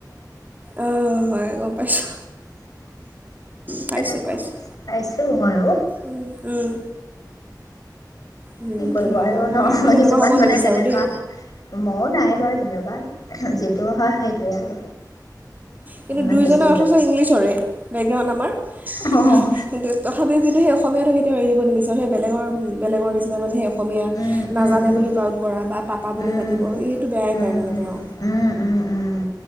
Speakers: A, on the right; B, on the left.
A: অ' হয় গম পাইছো। পাইছোঁ
B: তেনেকুৱা
A: পাইছোঁ।
B: পাইছোঁ ময়ো
A: উম উম। উম,
B: কি কৰিব
A: হ'ব
B: আৰু
A: মই
B: ন
A: আমি তেনেকুৱা
B: কিছুমান
A: হ'ব
B: মানে
A: নিবিচাৰোঁ
B: তেনেকুৱা
A: দেই
B: ম নাই বাৰু তেনেকুৱা। যিটো হয় সেইটোৱে আৰু
A: কিন্তু
B: ইমান
A: দুইজনে
B: বেছি হেৰি
A: অথচ
B: কৰি থাকিলে
A: ইংলিছৰে, বেগগ্ৰাউণ্ড আমাৰ। কিন্তু
B: অঁ
A: - কিন্তু তথাপিও যিটো সি অসমীয়াটো কেতিয়াও এৰি দিব নিবিচাৰে সেই বেলেগৰ - বেলেগৰ নিচিনা মানে সেই অসমীয়া
B: উম
A: নাজানে
B: উম উম
A: বুলি
B: উম
A: প্ৰাউড কৰা বা পাপ পা বুলি
B: উম
A: মাতিব। এইটো বেয়াই
B: উম,
A: পায় মানে তেওঁ।
B: উম, উম, উম,